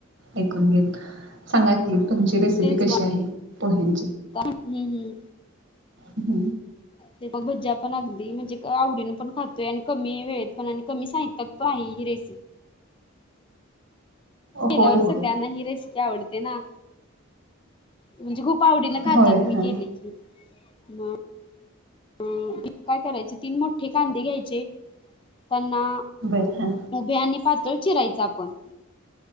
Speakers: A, on the right; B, on the left.
A: ऐकून घेत सांगा की,, तुमची रेसिपी
B: तेच
A: कशी
B: मग
A: आहे पोह्यांची
B: हम्म हम्म
A: हम्म.
B: ते बजा पण अगदी म्हणजे आवडीनं पण खातोय आणि कमी वेळेत पण आणि कमी साहित्यात पण आहे ही रेसिपी केल्यावर
A: होय होय
B: सगळ्यांना ही रेसिपी आवडते ना म्हणजे खूप आवडीन खातात
A: होय,
B: मी
A: हां.
B: केली की मग ह काय करायचे तीन मोठे कांदे घ्यायचे त्यांना
A: बरं, हां.
B: उभे आणि पातळ चिरायच आपण